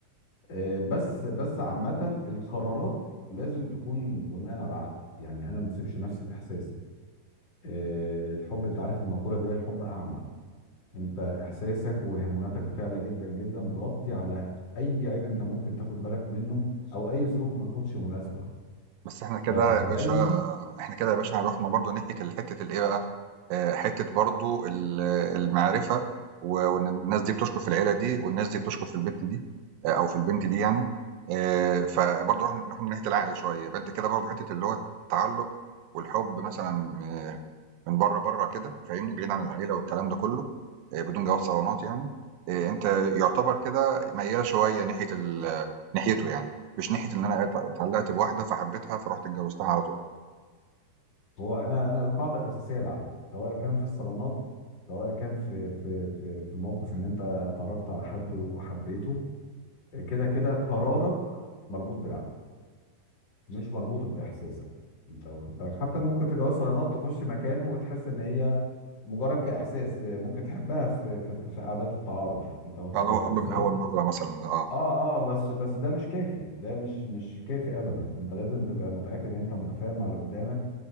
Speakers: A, on the left (about 45°); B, on the right (about 75°).
A: آه، بس بس عامة القرارات لازم تكون بناء على العقل يعني انا ما اسيبش نفسي باحساسي آه، الحب انت عارف المقولة اللي هي الحب اعمى انت احساسك وهرموناتك بتعلى جدا جدا بتغطي على اي عيب انت ممكن تاخد بالك منه او اي ظروف ما تكونش مناسبة
B: بس إحنا كده
A: ف- فدايما
B: يا باشا إحنا كده يا باشا رُحنا برضه ناحية ال حتة الإيه بقى، آآ حتة برضه ال المعرفة و وإن الناس دي بتشكر في العيلة دي والناس دي بتشكر في البت دي آآ أو في البنت دي يعني، آآ فبرضه رُحنا رُحنا ناحية العقل شوية، يبقى أنت كده برضه حتة اللي هو التعلُّق والحُب مثلًا آه، من بره بره كده فاهمني بعيد عن العيله والكلام ده كله آه، بدون جواز صالونات يعني آه، انت يعتبر كده ميال شويه ناحيه ال- ناحيته يعني مش ناحيه ان انا ات- اتعلقت بواحده فحبيتها فرحت اتجوزتها على طول
A: هو انا انا القاعدة الاساسية العقل سواء كان في الصالونات سواء كان في في في في موقف ان انت اتعرفت على حد وحبيته آه، كده كده قرارك مربوط بالعقل مش مربوطة بإحساسك أنت واخد بالك حتى ممكن في جواز صالونات تخش مكان وتحس إن هي مجرد كإحساس ممكن تحبها في في, في قعدات التعارف أنت واخد
B: فاللي
A: بالك
B: هو حب
A: إزاي؟
B: من اول نظره مثلا ده اه
A: آه آه بس بس ده مش كافي ده مش مش كافي أبدا أنت لازم تبقى متأكد إن أنت متفاهم مع اللي قدامك